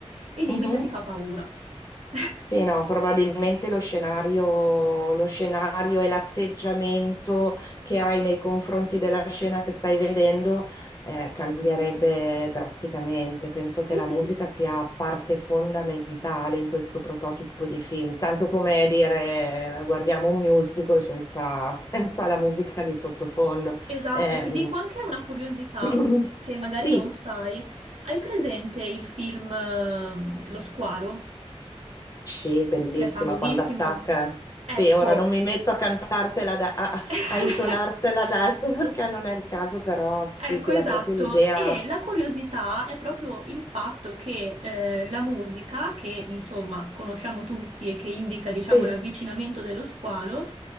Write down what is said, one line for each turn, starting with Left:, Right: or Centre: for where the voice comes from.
Right: e dimmi
Left: Mhm.
Right: se ti fa paura. <laughs>
Left: Sì, no, probabilmente lo scenario, lo scenario e l'atteggiamento che hai nei confronti della scena che stai vedendo eh, cambierebbe drasticamente. Penso che
Right: Mhm,
Left: la musica sia parte fondamentale in questo prototipo di film, tanto come dire eh, guardiamo un musical senza, <laughs> senza la musica di sottofondo.
Right: Esatto,
Left: Eh,
Right: ti dico anche una curiosità
Left: mm.
Right: che magari
Left: <clears throat> sì.
Right: non sai. Hai presente il film ehm, Lo Squalo,
Left: Sì, è bellissima
Right: che è famosissimo?
Left: quando attacca. Sì,
Right: Ecco,
Left: ora non mi metto a cantartela, da- a,
Right: <laughs>
Left: a intonartela adesso <laughs> perché non è il caso, però sì,
Right: Ecco,
Left: ti
Right: esatto.
Left: dà proprio l'idea.
Right: E la curiosità è proprio il fatto che eh, la musica, che insomma conosciamo tutti e che indica, diciamo,
Left: Sì,
Right: l'avvicinamento dello squalo,